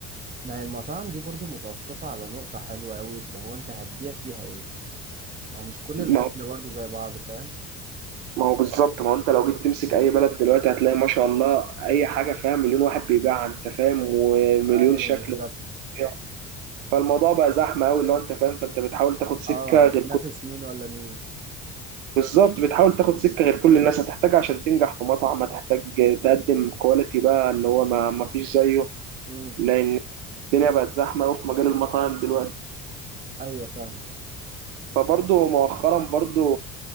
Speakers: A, on the right; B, on the right.
A: ما هي المطاعم دي برضو متوقفة على نقطة حلوة أوي اللي هو أنت هتبيع فيها إيه هو مش كل
B: يعني
A: الاكل برضه زي بعضه فاهم
B: ما هو بالظبط ما هو انت لو جيت تمسك اي بلد دلوقتي هتلاقي ما شاء الله اي حاجه فيها مليون واحد بيبيعها انت فاهم ومليون
A: ايوه
B: شكل
A: بالظبط
B: وبتاع. فالموضوع بقى زحمه قوي اللي هو انت فاهم فانت بتحاول تاخد سكه
A: اه
B: غير
A: هتنافس
B: كل
A: مين ولا مين
B: بالظبط بتحاول تاخد سكه غير كل الناس هتحتاجها عشان تنجح في مطعم هتحتاج تقدم كواليتي بقى اللي هو ما ما فيش زيه
A: امم
B: لان الدنيا بقت زحمه قوي في مجال المطاعم دلوقتي
A: ايوه فاهم
B: فبرضه مؤخرا برضه